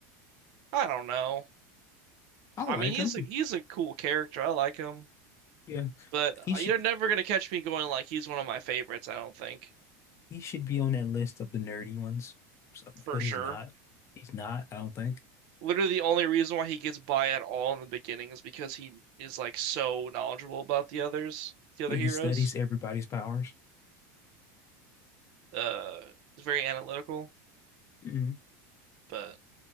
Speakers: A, on the right (about 60°); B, on the left (about 35°).
A: I don't know.
B: I
A: I
B: like
A: mean, he's
B: him.
A: a he's a cool character. I like him,
B: Yeah.
A: but
B: He
A: uh,
B: should
A: you're never gonna catch me going like he's one of my favorites. I don't think
B: he should be on that list of the nerdy ones. So,
A: for
B: but
A: sure.
B: he's not. He's not, I don't think.
A: Literally, the only reason why he gets by at all in the beginning is because he is like so knowledgeable about the others, the
B: Yeah,
A: other
B: he
A: heroes.
B: studies everybody's powers.
A: Uh, it's very analytical,
B: hmm
A: but